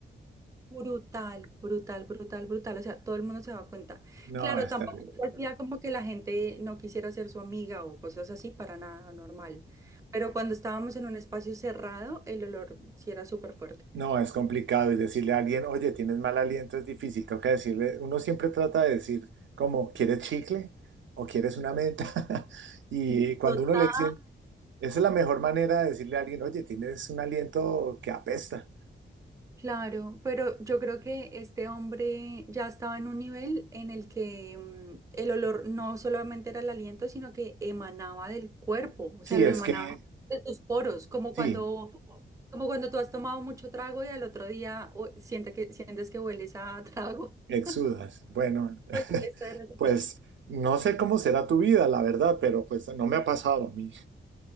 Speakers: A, on the right; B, on the right.
A: brutal, brutal, brutal, brutal. O sea, todo el mundo se daba cuenta.
B: No,
A: Claro,
B: es
A: tampoco
B: terrible.
A: se hacía como que la gente no quisiera ser su amiga o cosas así, para nada normal. Pero cuando estábamos en un espacio cerrado, el olor sí era súper fuerte.
B: No, es complicado. Y decirle a alguien, oye, tienes mal aliento, es difícil. Toca decirle, uno siempre trata de decir, como, ¿quieres chicle? ¿O quieres una menta? <laughs> Y cuando
A: Total,
B: uno le dice, esa es la mejor manera de decirle a alguien, oye, tienes un aliento que apesta.
A: Claro, pero yo creo que este hombre ya estaba en un nivel en el que mm, el olor no solamente era el aliento, sino que emanaba del cuerpo, o
B: Sí,
A: sea, lo
B: es
A: emanaba
B: que,
A: de tus poros, como
B: sí,
A: cuando, como cuando tú has tomado mucho trago y al otro día o- siente que, sientes que hueles a trago.
B: exudas.
A: <laughs>
B: Bueno, <laughs>
A: Pues eso era lo que
B: pues
A: pasó.
B: no sé cómo será tu vida, la verdad, pero pues no me ha pasado a mí.